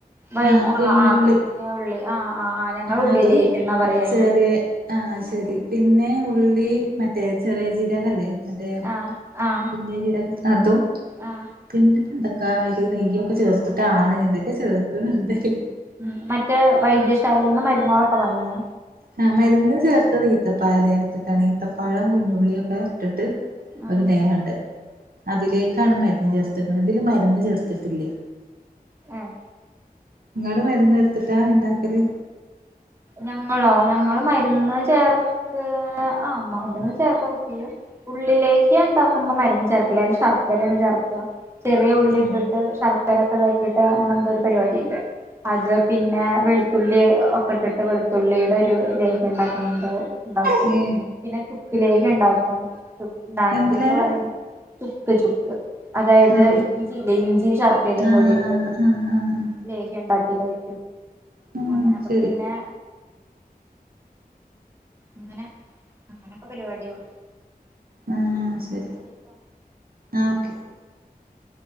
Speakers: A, on the right (about 15°); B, on the right (about 70°).
A: വൈ
B: ആകുഞ്ഞുള്ളി
A: ആഹ് ആഹ് കുഞ്ഞുള്ളി ആഹ് ആഹ് ആഹ് ഞങ്ങള്
B: ആ
A: ഉള്ളിലേക്ക്ന്നാ
B: അതും
A: പറയാ അയിന്
B: ചെറിയ ആഹ ശരി പിന്നെ ന്നെ ഉള്ളി മറ്റേ ചെറിയ ജീരക ല്ലേ അതെ
A: ആഹ് ആഹ്
B: കുഞ്ഞജീരഗം അതും
A: ആഹ്
B: പിന്നെ എന്തൊക്കാ അയിൽ നെയ്യൊക്കെ ചേർത്തിട്ടാണ് എന്തൊക്കെ ചേർക്കുന്നുണ്ട് അയിൽ
A: മ മറ്റേ വൈദ്യശാലയിന്ന് മരുന്നുകുകളൊക്കെ വാങ്ങിയ
B: ആ മരുന്ന് ചേർത്തത് ഈത്തപ്പായാലേഹ്യത്തിക്കാണ് ഈത്തപ്പഴം കുഞ്ഞുള്ളി ഒക്കെ ഇട്ടിട്ട്
A: ആഹ്
B: ഒരു ലേഹ്യണ്ട് അതിലേക്കാണ് മരുന്ന് ചേർത്തക്ന്നത് ഇതില് മരുന്ന് ചേർത്തിട്ടില്ല
A: ഏഹ്
B: നിങ്ങൾ മരുന്ന് ചേർത്തിട്ടാ ട്ടാ ഇണ്ടാക്കല്
A: ഞങ്ങളോ ഞങ്ങൾ മരുന്ന് ചേർത്ത് ആ മരുന്ന് ചേർക്കൊക്കെ ചെയ്യും ഉള്ളിലേഹ്യം ഉണ്ടാക്കുമ്പോ മരുന്ന് ചേർക്കില്ല അല് ശർക്കരയാണ് ചേർക്ക ചെറിയ ഉള്ളിൊക്കെ
B: ഉം
A: ഇട്ട് ശർക്കരൊക്കെ ഇതാക്കിട്ട് അങ്ങനെ എന്തോ ഒരു പരിപാടിണ്ട് അത് പിന്നെ വെളുത്തുള്ളി ഇട്ടിട്ട് വെളുത്തുള്ളിയുടെ ഒരു ലേഹ്യം ഉണ്ടാക്കണ്ട ഉണ്ടാക്കും
B: ആ ഏ
A: പിന്നെ കുക്ക ലേ ഒക്ക ഉണ്ടാക്കും ന്താണ
B: എന്ത്
A: ചുപ്പ
B: ലേഹം
A: പറയ ചുക് ചുക് അതായത്
B: ആ
A: ഇഞ്ചില്ല ഇഞ്ചിയും ശർക്കരയും
B: ആ ആ
A: കൂടിയിട്ട്
B: ആ ആ
A: ലേഹ ഉണ്ടാക്കി കഴി
B: ഉം
A: അങ്ങനെ
B: ശരി
A: പിന്നെ അങ്ങനെ അങ്ങനൊക്കെ പരിപാടികൾ
B: ആ ശരി ആ ഓക്കെ